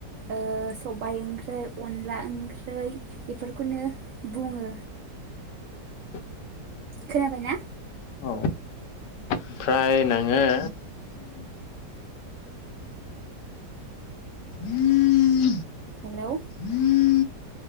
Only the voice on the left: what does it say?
<unintelligible>
औ ओमफ्राय नोङो <unintelligible>
<unintelligible>